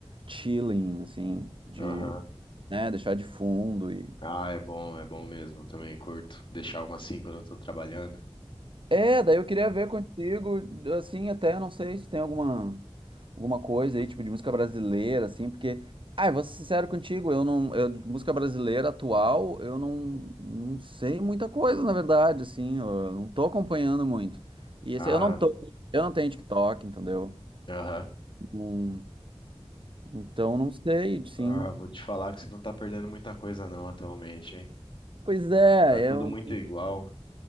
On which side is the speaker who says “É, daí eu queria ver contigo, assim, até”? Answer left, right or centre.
Right